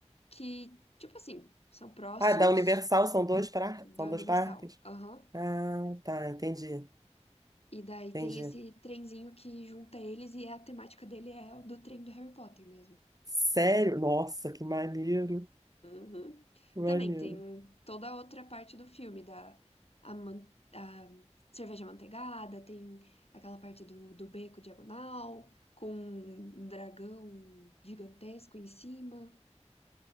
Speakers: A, on the left (about 60°); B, on the right (about 30°).
A: que, tipo assim, são próximos
B: Ah, da Universal são dois, par...
A: da
B: são
A: Universal.
B: dois parques?
A: Aham.
B: Ah, tá, entendi,
A: E daí
B: entendi.
A: tem esse trenzinho que junta eles e a temática dele é o do trem do Harry Potter mesmo.
B: Sério? Nossa, que maneiro,
A: Uhum.
B: maneiro.
A: Também tem toda a outra parte do filme, da a, man- a cerveja manteigada, tem aquela parte do, do beco diagonal, com um dragão gigantesco em cima.